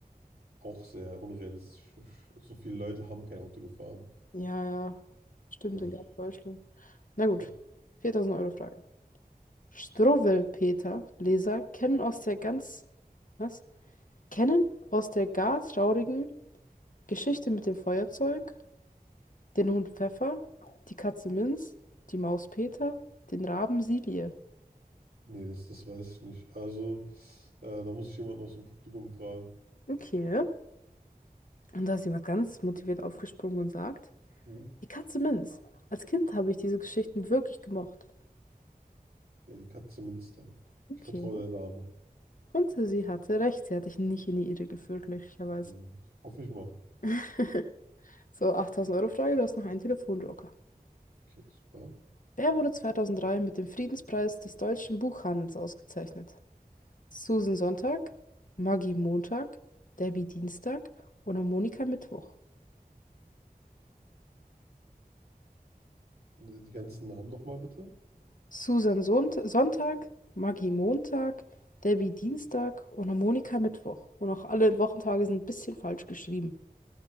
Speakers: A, on the right; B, on the left.
A: auch sehr unrealistisch. So viele Leute haben kein Auto gefahren.
B: Ja, ja. Stimmt,
A: Ja,
B: in ganz Deutschland. Na gut.
A: ja.
B: viertausend Euro Frage. Struwwelpeter Leser kennen aus der ganz, was? Kennen aus der gar traurigen Geschichte mit dem Feuerzeug, den Hund Pfeffer, die Katze Minz, die Maus Peter, den Raben Silie.
A: Nee, das, das weiß ich nicht. Also, äh, da muss ich jemanden aus dem Publikum fragen.
B: Okay. Und da ist jemand ganz motiviert aufgesprungen und sagt,
A: Uh,
B: die Katze Minz. Als Kind habe ich diese Geschichten wirklich gemocht.
A: ja, die Katze Münstern.
B: Okay.
A: Ich vertraue der Dame.
B: Und sie hatte recht, sie hat dich nicht in die Irre geführt, glücklicherweise.
A: Sehr gut. Hoffe ich mal.
B: <laughs> So, 8000-Euro-Frage, du hast noch einen Telefonjoker.
A: Okay, super.
B: Wer wurde 2003 mit dem Friedenspreis des deutschen Buchhandels ausgezeichnet? Susan Sonntag, Maggie Montag, Debbie Dienstag oder Monika Mittwoch?
A: Äh, Die ganzen Namen nochmal bitte.
B: Susan Sont Sonntag, Maggie Montag, Debbie Dienstag oder Monika Mittwoch. Und auch alle Wochentage sind ein bisschen falsch geschrieben.